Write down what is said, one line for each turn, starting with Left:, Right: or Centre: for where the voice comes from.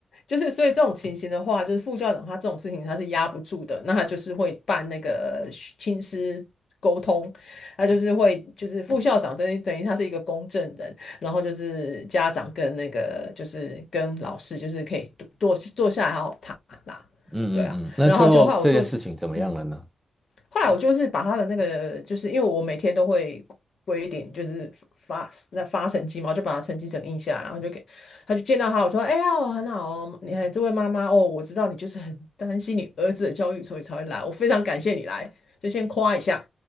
Left: 就是所以这种情形的话，就是副校长他这种事情他是压不住的，那他就是会办那个呃亲师。沟通，他就是会，就是副校长等于等于他是一个公证人，然后就是家长跟那个就是跟老师，就是可以坐坐下来好好谈啦，
Centre: 嗯嗯嗯，
Left: 对啊，
Centre: 那最后这件事情怎么样了呢？
Left: 然后就后来我做，嗯，后来我就是把他的那个，就是因为我每天都会规定，就是发那发成绩嘛，我就把他成绩整印下来，然后就给他就见到他，我说：“哎呀，我很好哦，你看这位妈妈哦，我知道你就是很担心你儿子的教育，所以才会来，我非常感谢你来，就先夸一下，